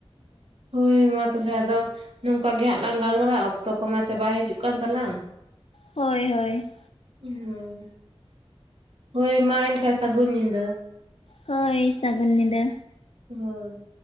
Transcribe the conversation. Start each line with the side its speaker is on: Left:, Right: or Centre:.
Right: ᱦᱳᱭ ᱢᱟ ᱛᱟᱦᱚᱞᱮ ᱟᱫᱚ ᱱᱚᱝᱠᱟ ᱜᱮ ᱦᱟᱸᱜ ᱞᱟᱝ ᱜᱟᱞᱢᱟᱨᱟᱼᱟ ᱚᱠᱛᱚ ᱠᱚᱢᱟ ᱪᱟᱵᱟᱭ ᱦᱤᱡᱩᱜ ᱠᱟᱱ ᱛᱟᱞᱟᱝ᱾
Left: ᱦᱳᱭ ᱦᱳᱭ
Right: ᱦᱩᱸ ᱦᱳᱭ ᱢᱟ ᱮᱱᱠᱷᱟᱱ ᱥᱟᱹᱜᱩᱱ ᱧᱤᱫᱟᱹ᱾
Left: ᱦᱳᱭ ᱥᱟᱹᱜᱩᱱ ᱧᱤᱫᱟᱹ᱾
Right: ᱦᱳᱭ